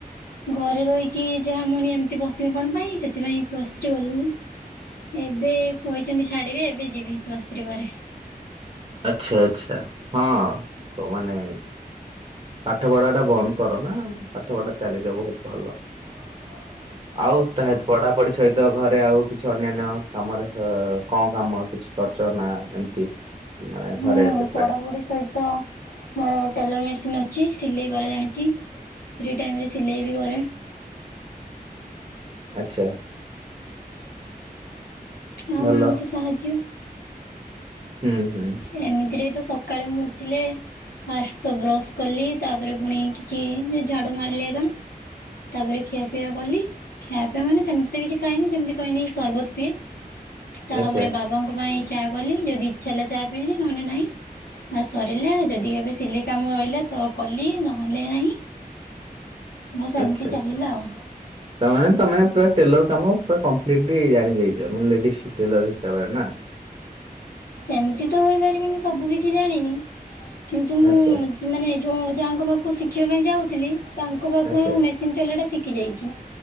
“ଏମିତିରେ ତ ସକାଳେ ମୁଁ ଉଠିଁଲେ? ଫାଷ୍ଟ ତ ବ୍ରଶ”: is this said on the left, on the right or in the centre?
Left